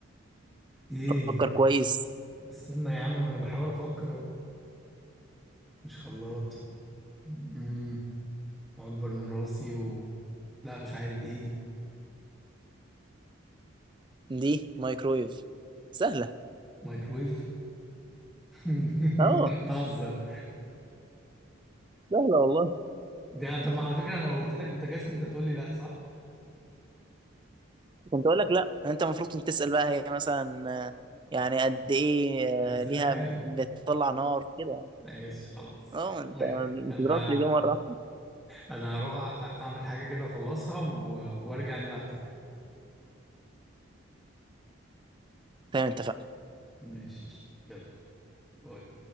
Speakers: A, in the centre; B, on the right.
A: ايه
B: فكر كويس
A: استنى يا عم ما انا بحاول افكر اهو مش خلاط امم واكبر من راسي و لا مش عارف دي ايه دي
B: دي مايكرويف سهلة
A: مايكرويف <laughs> انت
B: أه
A: بتهزر
B: سهلة والله
A: يعني طب ما على فكرة انا لو قلت لك بوتاجاز كنت هتقول لي لا صح
B: كنت أقول لك لا أنت المفروض كنت تسأل بقى هي مثلا آه، يعني قد إيه
A: يا سلام
B: آه، ليها بتطلع نار كده
A: ماشي خلاص
B: أه أنت
A: طيب
B: أنت
A: انا
B: ضربت الإجابة مرة
A: انا هروح أ- اعمل حاجة كده اخلصها و- وارجع نلعب تاني
B: تمام اتفقنا
A: ماشي قشطة. يلا باي